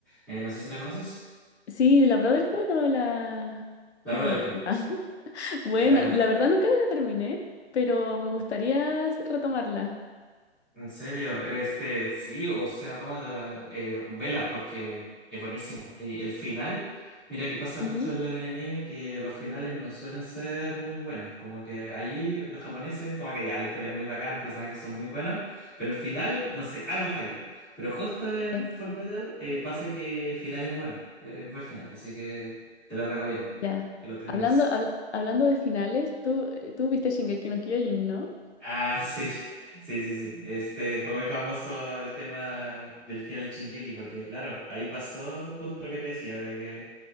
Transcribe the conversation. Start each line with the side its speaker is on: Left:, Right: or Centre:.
Centre: Eh, no sé si la conoces.
Left: Sí, la Brotherhood o la...
Centre: La
Left: No,
Centre: Brotherhood,
Left: Brotherhood. Ah. <laughs> Bueno,
Centre: claro.
Left: la verdad nunca la terminé, pero me gustaría retomarla.
Centre: En serio, este, sí, o sea, toma la, eh, vela porque es buenísimo. Y el final, mira que pasa
Left: Ujú,
Centre: mucho en el anime que los finales no suelen ser muy buenos. Como que ahí los japoneses, como que ya la historia es muy bacán, los personajes son muy buenos, pero el final, no sé, algo falla. Pero justo en
Left: Ya,
Centre: Fullmetal eh, pasa que el final es bueno, eh, es buen final, así que te lo recomiendo,
Left: ya.
Centre: que lo termines.
Left: Hablando, habla- hablando de finales, tú, eh, tú viste Shingeki no Kyojin, ¿no?
Centre: Ah, sí, <laughs> sí, sí, sí. Este fue muy famoso el tema del final de Shingeki, porque claro, ahí pasó justo lo que te decía, de que